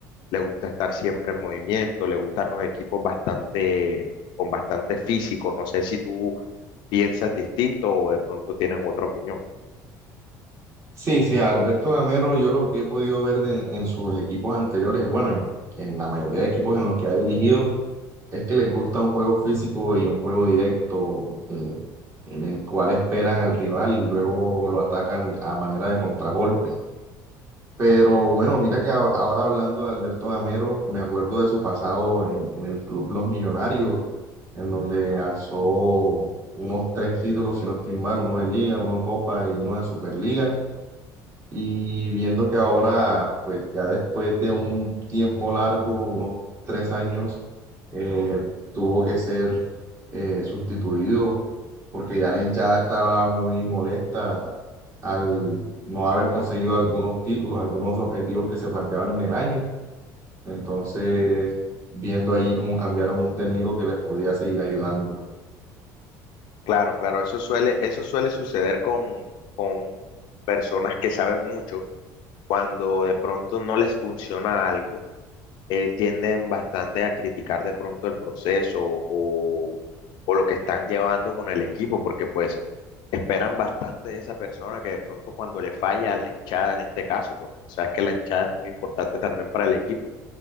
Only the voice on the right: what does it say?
Sí, sí, a Alberto Gamero, yo lo que he podido ver de- en sus equipos anteriores, bueno, en, en la mayoría de equipos en los que ha dirigido, es que les gusta un juego físico y un juego directo eh, en el cual esperan al rival y luego lo atacan a manera de contragolpe. Pero bueno, mira que ahora, ahora hablando de Alberto Gamero, me acuerdo de su pasado en, en el club Los Millonarios, en donde alzó unos tres títulos, si no estoy mal, uno de Liga, uno de Copa y uno de Superliga. Y viendo que ahora, pues ya después de un tiempo largo, unos tres años, eh, tuvo que ser eh, sustituido porque ya la hinchada estaba muy molesta al no haber conseguido algunos títulos, algunos objetivos que se planteaban en el año. Entonces, viendo allí cómo cambiaron un técnico que les podía seguir ayudando.